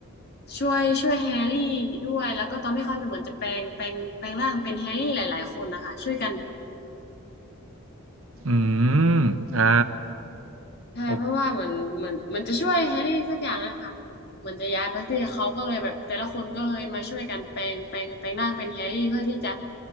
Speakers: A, on the left (about 50°); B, on the right (about 70°).
A: ช่วยช่วยแฮร์รี่ด้วยแล้วก็ตอนที่เขาจะเหมือนจะแปลงแปลงแปลงร่างเป็นแฮร์รี่หลายๆคนนะคะช่วยกัน
B: อืมอ่า
A: ใช่เพราะว่าเหมือนเหมือนมันจะช่วยแฮร์รี่สักอย่างนะคะ
B: โอ
A: เหมือนจะย้ายไปที่เขาก็เลยแบบแต่ละคนก็เลยมาช่วยกันแปลงแปลงแปลงร่างเป็นแฮร์รี่เพื่อที่จะ